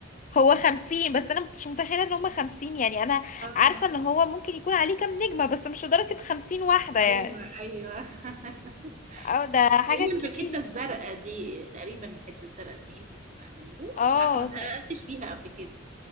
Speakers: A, on the left; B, on the right.
A: هو خمسين بس انا مكنتش متخيلة ان هما خمسين يعني انا
B: آه
A: عارفة ان هو ممكن يكون عليه كام نجمة بس مش لدرجة خمسين واحدة يعني
B: أيوة أيوة <laughs>
A: اه ده حاجة
B: تقريبا
A: كتير
B: في الحتة الزرقاء دي تقريبا الحتة الزرقاء دي يمكن تبقى النجوم،
A: اه
B: مش عارفة ما اتحققتش
A: ت-
B: فيها قبل كده